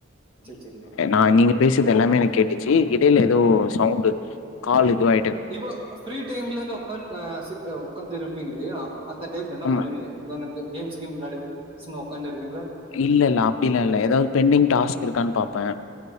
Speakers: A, on the right; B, on the left.
A: சேரி சேரி ப்ரோ
B: நான் நீங்க பேசுது எல்லாமே எனக் கேட்டுச்சு இடையில ஏதோ சவுண்டு கால் இதுவா
A: இப்போ ஃப்ரீ டைம்ல உக்காந் உக்காந்து இருப்பீங்கயில்லையா அந்த டைம்ல என்ன
B: ஆமா
A: பண்ணுவீங்க உக்காந்து கேம்ஸ் கீம் விளாடி சும்மா உக்காண்டே இருப்பீங்களா
B: இல்லல்ல அப்புடியெல்லா இல்ல ஏதாவது பெண்டிங் டாஸ்க்கு இருக்கானு பாப்பேன்